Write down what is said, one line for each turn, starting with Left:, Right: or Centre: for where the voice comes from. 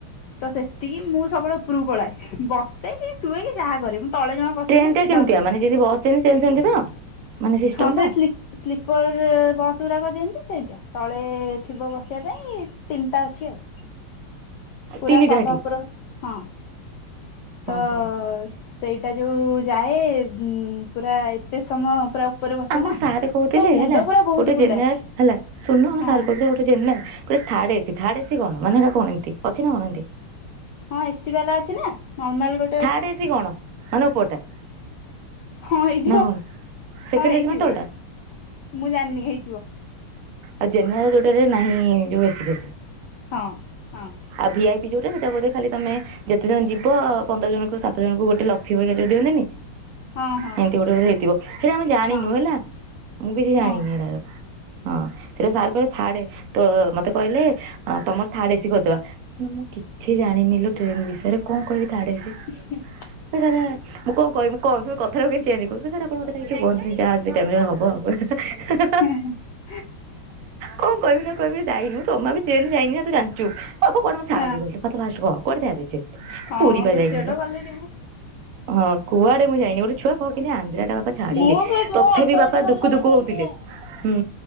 Left: ତ ସେତିକି ମୁଁ ସବୁବେଳେ ଉପରକୁ ପଳାଏ। ବସେ, କି ଶୁଏ, କି ଯାହା କରେ, ମୁଁ ତଳେ ଜମା ବସେନି
Right: ଟ୍ରେନ
Left: ମୁଁ
Right: ଟା
Left: ସିଧା
Right: କେମିତିଆ
Left: ଉପରକୁ
Right: ମାନେ ଯଦି ବସ୍ ଯେମ୍ତି ଟ୍ରେନ ସେମିତି ତ ମାନେ ସିଷ୍ଟମ
Left: ହଁ ସେ
Right: ଟା?
Left: ସ୍ଲିପର ବସ୍ ଗୁଡାକ ଯେନ୍ତି ସେନ୍ତିଆ। ତଳେ ଥିବ ବସିବା ପାଇଁ ତିନିଟା ଅଛି ଆଉ। ପୁରା
Right: ତିନିଟା
Left: ସଭା
Right: ହେଠି
Left: ଉପର ହଁ ତ
Right: ଓହୋ।
Left: ସେଇଟା ଯୋଉ ଯାଏ ଉ ପୁରା ଏତେ ସମୟ ପୁରା ଉପରେ ବସେ
Right: ଆମ
Left: ନା
Right: ସାର୍ କହୁଥିଲେ
Left: ତ ମୁଣ୍ଡ
Right: ହେଲା
Left: ପୁରା ବହୁତ
Right: ଗୋଟେ ଜେନେରାଲ
Left: ବୁଲାଏ।
Right: ହେଲା ଶୁଣୁନ ଆମ
Left: ହଁ
Right: ସାର୍ କହୁଥିଲେ ଗୋଟେ ଥାର୍ଡ ଏସି ଥାର୍ଡ ଏସି କଣ ମାନେ ଏଟା କଣ ଏନ୍ତି ଅଛି ନା କଣ ଏନ୍ତି?
Left: ହଁ ଏସି ବାଲା ଅଛି ନା ନର୍ମାଲ ଗୋ
Right: ଥାର୍ଡ ଏସି କଣ ମାନେ ଉପରଟା?
Left: ହଁ ହେଇଥିବ
Right: ନା
Left: ହଁ
Right: କଣ ସେକେଣ୍ଡ
Left: ହେଇଥିବ
Right: ଏସି ମାନେ ତଳଟା।
Left: ମୁଁ ଜାଣିନି ହେଇଥିବ।
Right: ଆଉ ଜେନେରାଲ ଯୋଉଟାରେ ନାହିଁ ଯୋଉ ଏସିରେ
Left: ହଁ, ହଁ,।
Right: ଆଉ ଭିଆଇପି ଯୋଉଟା ସେଇଟା ବଧେ ଖାଲି ତମେ ଯେତେ ଜଣ ଯିବ ପନ୍ଦର ଜଣ କ ସାତ ଜଣଙ୍କୁ ଗୋଟେ ଲକ୍ଷୀ ପକ୍ଷା ଯେ ଦିଅନ୍ତିନି।
Left: ହଁ ହଁ
Right: ଏମତି ଗୋଟେ ବଧେ ହେଇଥିବ। ସେଟା ଆମେ ଜାଣିନୁ
Left: ହଁ
Right: ହେଲା ମୁଁ କିଛି ଜାଣିନି
Left: ହଁ
Right: ଏଟାର। ହଁ ସେଇଟା ସାର୍ କହିଲେ ଥାର୍ଡ ତ ମତେ କହିଲେ ତମର ଥାର୍ଡ ଏସିି କରିଦବା। ନା ମୁଁ କିଛି ଜାଣିନିଲୋ ଟ୍ରେନ ବିଷୟରେ କଣ କହିବି ଥାର୍ଡ ଏସି?
Left: ହ <unintelligible>
Right: ସେରେ <unintelligible> ମୁଁ କଣ କହିବି କ କଥାରୁକୁ କେମିତି ଚେଞ୍ଜ କରିବି ସାର୍ ଆପଣ ମତେ କିଛି କୁହନ୍ତୁନି ଯାହା ସେ ଟାଇମ୍ ରେ ହବ ଆଉ।
Left: ହୁଁ <unintelligible>
Right: କଣ କହିବି ନା କହିବି ଯାଇନୁ ଯମା ବି ଟ୍ରେନ ଯାଇନୁ ତୁ ଯାଣିଚୁ ବାପା କୁଆଡ଼େ ମୋତେ ଛାଡ଼ନ୍ତି
Left: ହଁ
Right: କହିଲୁ ମୋତେ ଫାଷ୍ଟ କହ କୁଆଡେ ଛାଡ଼ିବେ?
Left: ହଁ
Right: ପୁରି ପା
Left: ବେଶୀ
Right: ଯାଇନିଲୋ।
Left: ବାଟ ଗଲେ ଯିବୁ
Right: ହଁ କୁଆଡେ ମୁଁ ଯାଇନି ଗୋଟ ଛୁଆ କହକି ଆନ୍ଦ୍ରାର ବାପା ଛାଡିଲେ
Left: ମୁଁ ବି ମୁଁ
Right: ତଥାପି
Left: ଅଳ୍ପ
Right: ବାପା
Left: ବାଟ ଗଲେ
Right: ଦୁକୁ
Left: ଜମା
Right: ଦୁକୁ
Left: ଟ୍ରେନରେ
Right: ହଉଥିଲେ।
Left: ଯାଏନି
Right: ହୁଁ,